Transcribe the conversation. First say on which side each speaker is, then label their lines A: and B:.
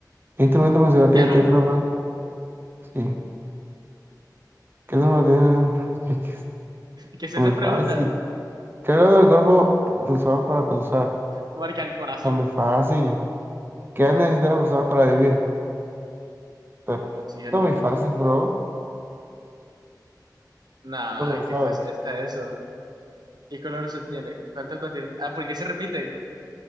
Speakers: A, on the right; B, on the right.
A: ¿Qué instrumento musical
B: Piano,
A: tiene Tecla
B: <laughs> no.
A: Black? Sí. ¿Qué número tiene? <laughs> Es
B: ¿Qué es esas
A: Muy fácil.
B: preguntas?
A: ¿Qué órgano del cuerpo usamos para pensar?
B: Marca el corazón.
A: Está muy fácil. ¿Qué necesitan las personas para vivir? Está,
B: El oxígeno.
A: está muy fácil, bro.
B: Nah,
A: Tú te lo
B: qué
A: sabes.
B: fácil está eso. ¿Qué color se tiene? ¿Cuántos continentes? Ah, ¿por qué se repiten?